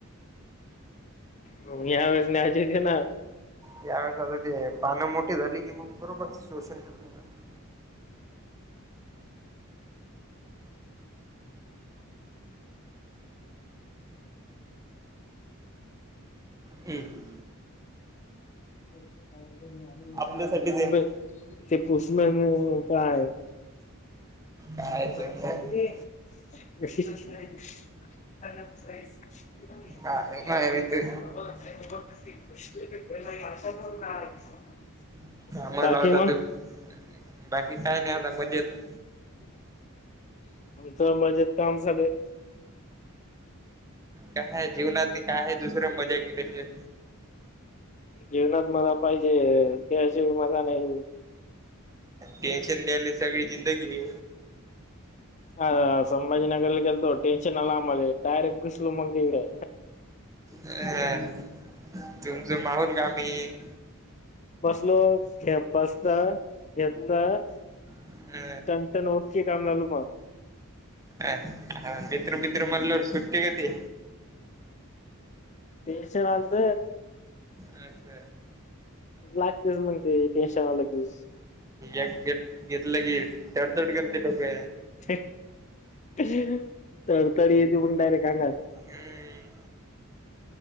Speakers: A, on the left; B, on the right.
A: हो या वेळेस न्याय जेधेना <unintelligible>
B: यावेेळेस आता ते पानं मोठी झाली कि मग बरोबर शोषण झालं <unintelligible> ह <inaudible>
A: <unintelligible>
B: आपल्यासाठी देईन
A: ते पुषणार नाही पाय <unintelligible> <inaudible> पफदडड <unintelligible> <unintelligible>
B: काय ते नाही काय नाही ते काम
A: बाकी
B: लावता
A: मग
B: तुम्ही बाकी काय नाही आता मज्जेत
A: ह <inaudible> आमचं मजेत काम चालूये
B: कायहाय जीवनातनी काय हाय दुसर मजा केल्याशिवाय
A: जीवनात मला पाहिजे त्याशिवाय मजा नाही
B: टेन्शन द्याले सगळी जिंदगी रे
A: ह संभाजीनगर ल गेलतो टेन्शन आला आम्हाले डारेक्ट घुसलो मग तिकडे
B: ह तुमच <inaudible> माहोल कामी <inaudible>
A: बसलो खे बचता घेतता <unintelligible>
B: अ
A: संत नोके काम लाल म <unintelligible>
B: अ मित्र मित्र मटल्यावर सुट्टी देती
A: टेन्शन आलत
B: अस <inaudible>
A: लागतच मी ते टेन्शन आलं की
B: एक घेत- घेतलं की तडतड करते डोक <inaudible>
A: <inaudible> तरतरी ये देऊन डायरेक्ट आंगात
B: हम्म